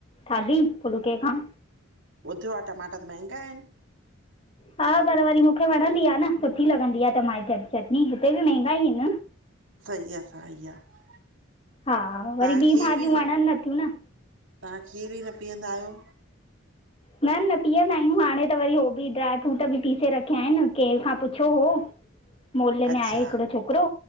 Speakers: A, on the left; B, on the right.
A: खाधी, फुलके खां।
B: ॿधो आ टमाटा त महंगा आहिन।
A: हा पर वरी मूंखे वणंदी आ न सुठी लॻंदी आ टमाटे चटनी हिते बि महंगा ई आहिन।
B: सही आहे सही आहे
A: हा वरी
B: तव्हां
A: ॿी
B: खीर
A: भाॼियूं
B: बि
A: वॾन नथियूं न।
B: तव्हां खीर ई न पीअंदा आहियो।
A: न न पीअंदा आहियूं हाणे त वरी उह बि ड्राय फ्रूट बि पीसे रखिया आहिन कंहिं खां पुछो हो। मोले
B: अच्छा
A: में आहे हिकिड़ो छोकिरो